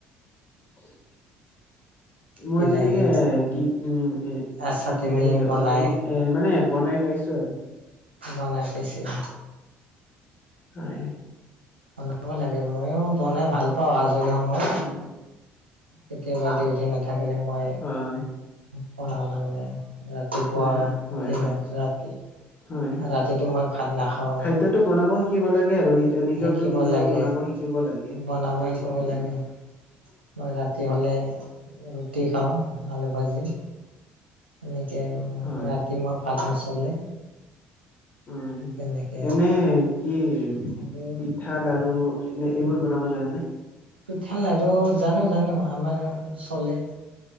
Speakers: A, on the left (about 30°); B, on the right (about 80°).
A: <inaudible> মই
B: বিলাহী
A: তেনেকে কি উম এ
B: আ চাটনি
A: বিলাহী লৈ
B: বনাই
A: অ তেনেকে। এ মানে বনাই পাইছো আৰু
B: বনাই পছে অ।
A: হয়
B: বনাব লাগে ময়ও বনাই ভাল পাও আজৰি সময়ত।
A: উম,।
B: কেতিয়াবা ডিউটি নাথাকিলে মই
A: হয়
B: বনাও তাৰমানে। ৰাতিপুৱা
A: হয় হয় হয়
B: দিনত
A: হয়
B: ৰাতি
A: হয়
B: ৰাতিটো মই ভাত নাখাও
A: খাদ্যটো
B: না।
A: বনাব শিকিব লাগে আৰু নিজ নিজটো
B: শিকিব
A: নিজে
B: লাগে
A: বনাব শিকিব লাগে
B: বনাব শিকিব
A: উম,।
B: লাগে মই ৰাতি হ'লে ৰুটি খাওঁ আলু ভাজি। এনেকে আৰু
A: হয়
B: ৰাতি মোৰ ভাত নচলে।
A: উম,
B: তেনেকে
A: এনেই
B: আৰু
A: কি
B: আৰু
A: পিঠা লাৰু এনে এইবোৰ বনাব জানে
B: পিঠা লাৰু জানো জানো আমাৰ চলে।